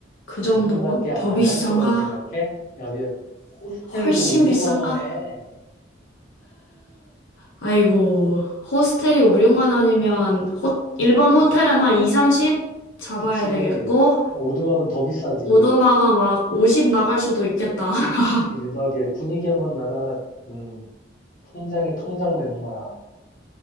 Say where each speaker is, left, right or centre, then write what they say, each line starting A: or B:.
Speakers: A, on the left; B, on the left.
A: 그 정도면?
B: 그 정도밖에 안
A: 더 비싼가?
B: 할 거라고 생각해? 야, 야, 호스텔도
A: 훨씬
B: 5, 6만
A: 비싼가?
B: 원에.
A: 아이고, 호스텔이 5, 6만 원이면 호, 일반 호텔은 한 2, 30 잡아야
B: 그치.
A: 되겠고
B: 그 오두막은 더 비싸지.
A: 오두막아 막 50 나갈 수도 있겠다. <laughs>
B: 그치. 유박에 분위기 한번 나다가 음, 통장이 텅장 되는 거야.